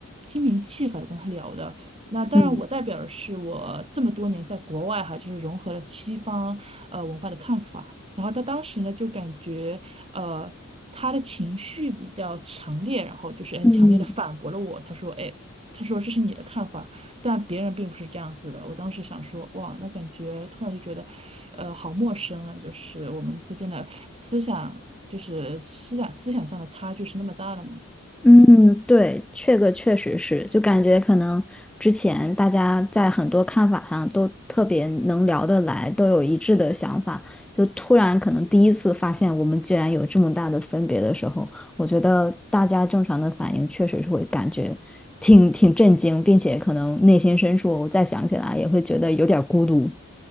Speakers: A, on the right (about 30°); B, in the centre.
A: 心平气和的跟他聊的。那当然，
B: 嗯
A: 我代表的是我这么多年在国外哈，就是融合了西方呃文化的看法。然后他当时呢，就感觉呃他的情绪比较强烈，然后就是很强烈的反驳了我。
B: 嗯，
A: 他说：“哎，他说这是你的看法。”但别人并不是这样子的。我当时想说，哇，那感觉突然就觉得，呃，好陌生啊！就是我们之间的思想，就是思想思想上的差距是那么大的吗？
B: 嗯，对，这个确实是，就感觉可能之前大家在很多看法上都特别能聊得来，都有一致的想法，就突然可能第一次发现我们竟然有这么大的分别的时候，我觉得大家正常的反应确实是会感觉挺挺震惊，并且可能内心深处再想起来也会觉得有点儿孤独。